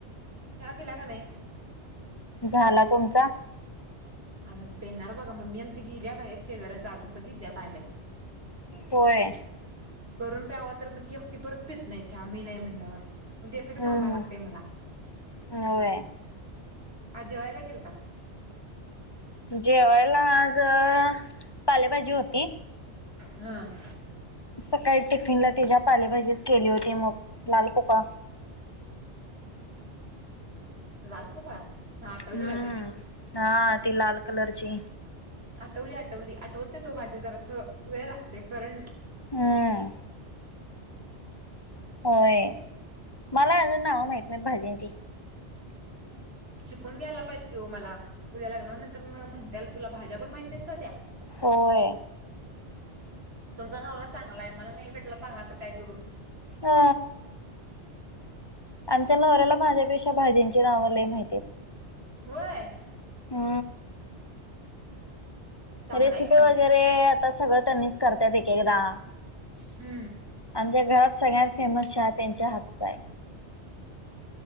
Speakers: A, on the right (about 60°); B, on the left (about 25°).
A: चहा पिला का नाही?
B: झाला तुमचा?
A: अजून पेणार बघा, मम्मी आमची गेलिया बाहेर. शेजाऱ्यांचा अजून कधी द्या टायम नही.
B: होय.
A: करून प्यावा तर मग, ती एकटी परत पित नाही च्या मी नाही म्हटल्यावर. म तीयासाठी
B: हम्म
A: थांबायला लागतेय मला.
B: हम्म होय
A: आज जेवाया काय केलता?
B: जेवायला आज अं पालेभाजी होती.
A: हम.
B: सकाळी टिफिनला तिच्या पालेभाजीच केली होती मग लाल पोकळा.
A: लाल पोकळा? हा आटवली
B: हम्म,
A: भाजी
B: हा ती लाल कलरची.
A: आटवली आटवली आठवत नाही, तो भाजी जरासं वेळ लागतंय करंट
B: हम्म. होय मला अजून नाव माहित नाहीत भाजींची.
A: शिकून घ्यायला पाहिजे कि ओ मला, उद्या लग्नानंन्तर म्हणत्याल तुला भाज्या पण माहित नाहीत साध्या?
B: होय
A: तुमचा नवरा चांगला आहे मला नाही भेटला चांगला तर काय करू.
B: हा आमच्या नवऱ्याला माझ्यापेक्षा भाजींची नाव लय माहिती
A: व्हय
B: हु
A: चांगला
B: रेसिपी
A: आहे की मग
B: वगैरे आता सगळं त्यांनीच करतायत एक एकदा
A: हु
B: आमच्या घरात सगळ्यात फेमस चहा त्यांच्या हातचा आहे